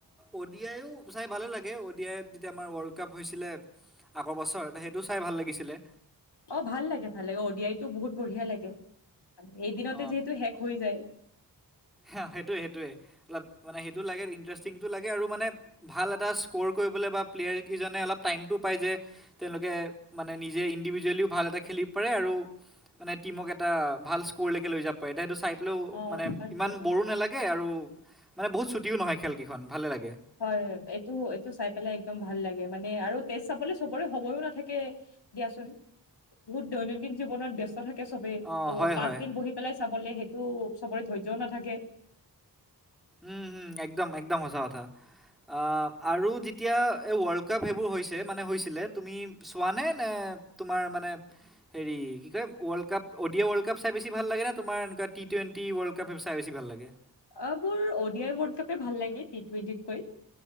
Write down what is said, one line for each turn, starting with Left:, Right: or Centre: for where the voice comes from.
Centre: অ'ডি আইয়ো চাই ভালে লাগে অ'ডি আইত যেতিয়া আমাৰ ৱৰ্ল্ড কাপ হৈছিলে। আগৰ বছৰ সেইটো চাই ভাল লাগিছিলে।
Left: অ' ভাল লাগে ভাল লাগে অডি আইটো বহুত বঢ়িয়া লাগে এইদিনতে
Centre: অ',
Left: যিহেতু শেষ হৈ যায়।
Centre: সেইটোৱে সেইটোৱে অলপ মানে সেইটো লাগে ইণ্টাৰেষ্টিংটো লাগে। আৰু মানে ভাল এটা স্কৰ কৰিবলৈ বা প্লেয়াৰ কেইজনে অলপ টাইমতটো পায় যে। তেওঁলোকে মানে নিজে ইণ্ডিভিজুৱেলিও ভাল এটা খেলিব পাৰে আৰু। মানে টিমক এটা ভাল স্ক'ৰলৈকে লৈ যাব পাৰে, এতিয়া সেইটো চাই পেলেও
Left: অ
Centre: মানে
Left: হয়
Centre: ইমান
Left: হয়
Centre: বৰো নালাগে আৰু মানে বহুত ছুটিও নহয় খেল কেইখন ভালে লাগে।
Left: হয়, এইটো এইটো চাই পেলাই একদম ভাল লাগে মানে আৰু তেজ চাবলে চবৰে সময়ো নাথাকে। দিয়াচোন বহুত দৈনন্দিন জীৱনত ব্যস্ত থাকে চবেই
Centre: অ',
Left: ত'
Centre: হয়
Left: পাঁচ
Centre: হয়
Left: দিন বহি পেলাই চাবলে সেইটো চবৰে ধৈৰ্যও নাথাকে।
Centre: উম, হম একদম একদম সঁচা কথা। আ' আৰু যেতিয়া এই ৱৰ্ল্ড কাপ সেইবোৰ হৈছে মানে হৈছিলে তুমি চোৱানে নে তোমাৰ মানে হেৰি কি কয় ৱৰ্ল্ডকাপ অডিয় ৱৰ্ল্ডকাপ চাই বেছি ভাল লাগে নে তোমাৰ এনেকুৱা টি টুৱেন্টি ৱৰ্ল্ড কাপে চাই বেছি ভাল লাগে?
Left: অ' মোৰ অডিয়াই ৱৰ্ল্ড কাপে ভাল লাগে টি টুৱেণ্টিত কৈ।